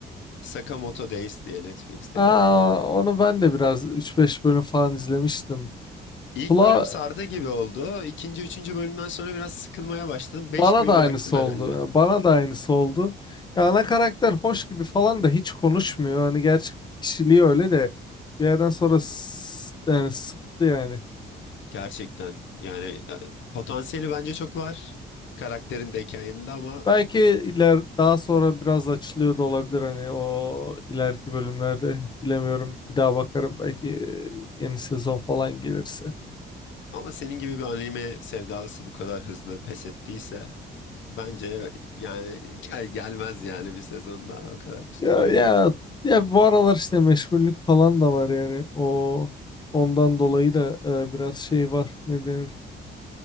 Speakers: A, on the left (about 70°); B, on the left (about 20°).
A: Sakamoto Days diye Netflix'te
B: Aa,
A: gördün mü?
B: onu ben de biraz üç beş bölüm falan izlemiştim.
A: İlk
B: Bla,
A: bölüm sardı gibi oldu. İkinci, üçüncü bölümden sonra biraz sıkılmaya başladım.
B: bana
A: Beş gibi
B: da aynısı
A: bıraktım herhalde.
B: oldu. Ya Bana da aynısı oldu. Ya ana karakter hoş gibi falan da hiç konuşmuyor. Hani gerçek kişiliği öyle de bir yerden sonra s- yani sıktı yani.
A: Gerçekten yani e, potansiyeli bence çok var. Karakterin de hikayenin de ama
B: Belki iler daha sonra biraz açılıyor da olabilir hani o ileriki bölümlerde bilemiyorum. Bir daha bakarım belki e, yeni sezon falan gelirse.
A: ama senin gibi bir anime sevdalısı bu kadar hızlı pes ettiyse Bence yani gel gelmez yani bir sezon daha o kadar tutmayabilir.
B: Ya ya ya bu aralar işte meşgullük falan da var yani o ondan dolayı da e, biraz şey var ne denir?